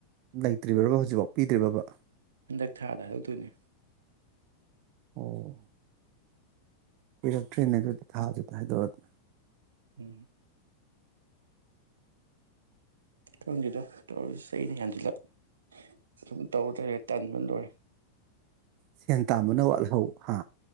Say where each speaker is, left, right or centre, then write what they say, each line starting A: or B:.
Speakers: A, on the right (about 40°); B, on the right (about 70°).
A: ꯂꯩꯇ꯭ꯔꯤꯕ꯭ꯔꯣ ꯍꯧꯖꯤꯛꯐꯥꯎ ꯄꯤꯗ꯭ꯔꯤꯕ꯭ꯔꯣ
B: ꯍꯟꯗꯛ ꯊꯥꯗ ꯍꯥꯏꯗꯣꯛꯇꯣꯏꯅꯦ
A: ꯑꯣ ꯀꯨꯏꯔꯛꯇꯔꯦꯅꯦ ꯑꯗꯨꯗꯤ ꯊꯥꯁꯨ ꯍꯥꯏꯗꯣꯛ ꯑꯗꯤ
B: ꯎꯝ ꯀꯪꯗꯦꯗ ꯇꯧꯔꯤꯁꯤ ꯆꯍꯤꯅ ꯌꯥꯝꯖꯤꯜꯂꯛ ꯑꯗꯨꯝ ꯇꯧꯗꯔꯦ ꯇꯟꯕ ꯂꯣꯏꯔꯦ
A: ꯁꯦꯟ ꯇꯥꯟꯕꯅ ꯋꯥꯠꯍꯧ ꯍꯥ